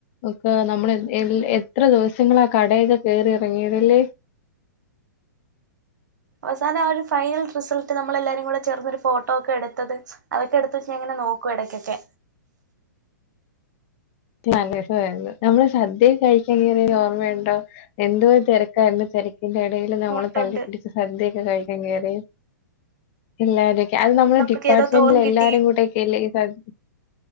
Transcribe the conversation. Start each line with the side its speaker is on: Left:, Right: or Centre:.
Left: ഒക്കെ നമ്മൾ എ എത്ര ദിവസങ്ങളാ കടയൊക്കെ കേറി എറങ്ങിയതല്ലേ.
Right: അവസാനം ആ ഒരു ഫൈനൽ റിസൾട്ട് നമ്മളെല്ലാരും കൂടെ ചേർന്നൊരു ഫോട്ടോ ഒക്കെ എടുത്തത് അതൊക്കെ എടുത്ത് വച്ച് ഇങ്ങനെ നോക്കും എടക്കൊക്കെ.
Left: <unintelligible> നമ്മള് സദ്യ കഴിക്കാ കേറിയത് ഓർമ്മയൊണ്ടോ എന്തോ തെരക്കാരുന്നു തെരക് ക്കിന്റെ എടെല് നമ്മള്
Right: നോട്ടുണ്ട്
Left: തള്ളിപിടിച്ച് സദ്യൊക്കെ കഴിക്കാൻ കേറി പിള്ളരേക്കെ അത് നമ്മുടെ
Right: നമുക്ക്
Left: ഡിപ്പാർട്ട്മെന്റിലെ
Right: ഏതോ തോൻ കിട്ടി
Left: എല്ലാരും കൂടെക്കെല്ലെ സദ്